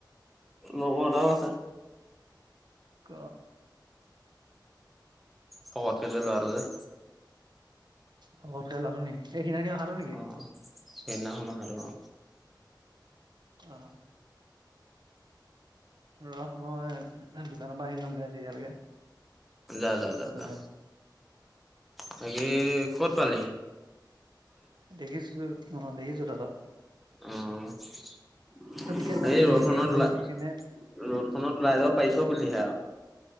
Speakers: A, in the centre; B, on the right.
A: লগৰ এটাও আছে।
B: ক?
A: শকত কে ল'ৰাটো যে।
B: শকতকে লৰাটো নি এইদিনাখনি অহাটো নেকি?
A: অ। সেইদিনাখন অহাটো অ।
B: অ। ৰ মই দোকানৰ পৰা আহি লমগে তেতিয়ালৈকে।
A: যা যা যা
B: গৈ
A: যা। বাকি ক'ত পালেহি?
B: দেখিছো অ দেখিছো দাদা।
A: উম।
B: কেলা
A: এই
B: যিহে
A: ৰদখনত
B: ৰ'দ
A: ওলাই,
B: কেনে
A: ৰ'দখনত ওলাই যাব পাৰিছ বুলিহে আও।